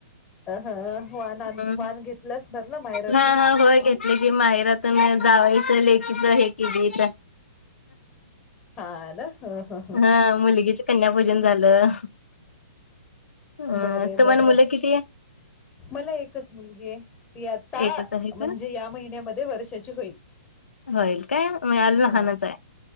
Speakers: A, on the left (about 15°); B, on the left (about 80°).
A: अ ह वान
B: हम्म
A: वाण घेतला असणार ना माहेरातून
B: हा हा होय घेतली की माहिरात म जावायचं लेकीीच हे केली तर
A: हा ना ह ह
B: हा मुलगीच कन्या भोजन झालं अ
A: बर
B: तुम्हाला
A: बर
B: मुलं किती आहे?
A: मला एकच मुलगी आहे ती आता
B: एकच आहे
A: म्हणजे
B: का
A: या महिन्यामध्ये वर्षाची होईल
B: होईल काय म्हणजे अजून लहानच
A: हा
B: आहे